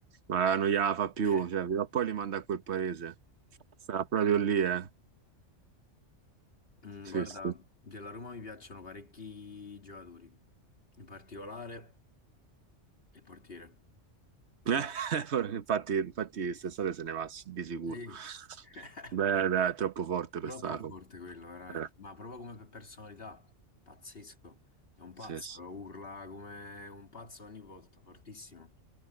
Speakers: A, on the right; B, on the left.
A: ma non gliela fa più,
B: <laughs>
A: cioè, prima o poi li manda a quel paese. Sarà proprio lì, eh.
B: Mm,
A: Sì,
B: Guarda,
A: sì.
B: della Roma mi piacciono parecchi giocatori, in particolare il portiere. Svi-
A: <laughs> Infatti, infatti quest'estate se ne va di sicuro.
B: Sì, <laughs>
A: Beh, dai, è troppo forte per
B: troppo
A: sta roba.
B: forte quello, veramente.
A: Eh,
B: Ma proprio come per personalità, pazzesco. È un pazzo,
A: sì, sì.
B: urla come un pazzo ogni volta, fortissimo.